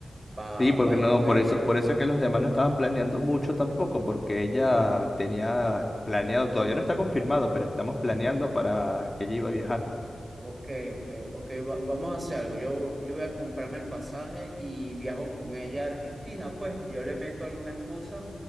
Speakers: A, on the right; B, on the left.
A: pa,
B: Sí, porque
A: pa pa
B: no,
A: ir con ella.
B: por eso, por eso es que los demás no estaban planeando mucho tampoco, porque ella tenía planeado, todavía no está confirmado, pero estamos planeando para que ella iba a viajar.
A: Ok, ok, ok, va- vamos a hacer algo. Yo, yo voy a comprarme el pasaje y viajo con ella a Argentina. Pues yo le meto alguna excusa,